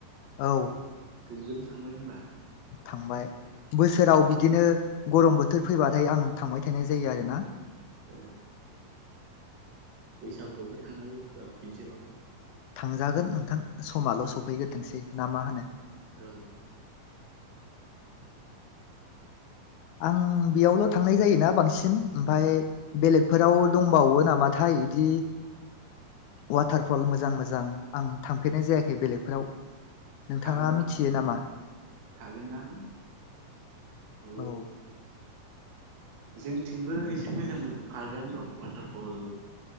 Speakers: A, on the left; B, on the right.
A: औ
B: गोग्गोम थांबाय होनबा
A: थांबाय बोसोराव बिदिनो गरम बोथोर फैबाथाय आं थांबाय थानाय जायो आरोना
B: ए बैसागुआवबो थांनांगौ र' खेनसेबाव
A: थांजागोन नोंथां समाल' सफैग्रोथोंसै ना मा होनो
B: औ
A: आं बेयावल' थांनाय जायोना बांसिन ओमफ्राय बेलेगफोराव दंबावो नामाथाय इदि वाटारफल मो जां मोजां आं थांफेरनाय जायाखै बेलेगफोराव नोंथाङा
B: थागोनदां
A: मिथियो नामा
B: थागोनदां ओ
A: औ
B: जोंथिंबो एसे मोजां मोजां पार्कआनो दं वाटारफल